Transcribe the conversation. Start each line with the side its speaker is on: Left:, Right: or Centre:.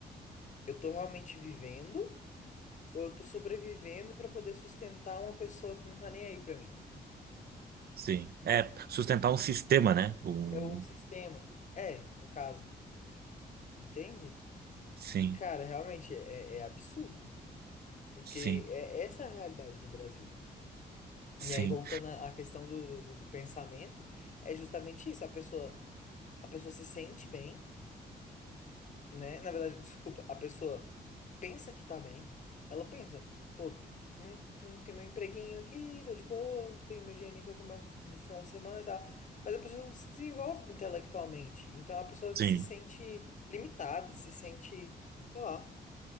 Left: eu tô realmente vivendo ou eu tô sobrevivendo para poder sustentar uma pessoa que não tá nem aí para mim?
Right: sim. É, sustentar um sistema, né? Um,
Left: É um sistema. É, no caso. Entende?
Right: sim,
Left: E, cara, realmente é, é é absurdo. Porque
Right: sim,
Left: é essa é a realidade no Brasil.
Right: sim,
Left: E aí, voltando à à questão do, do do pensamento, é justamente isso. A pessoa. a pessoa se sente bem, né? Na verdade, desculpa, a pessoa pensa que tá bem, ela pensa, pô, tem, tem, tem meu empreguinho aqui, tô de boa, tenho meu dinheirinho pra comer no final de semana e tal. Mas a pessoa não se desenvolve intelectualmente, então a pessoa
Right: sim,
Left: se sente limitada, se sente, sei lá,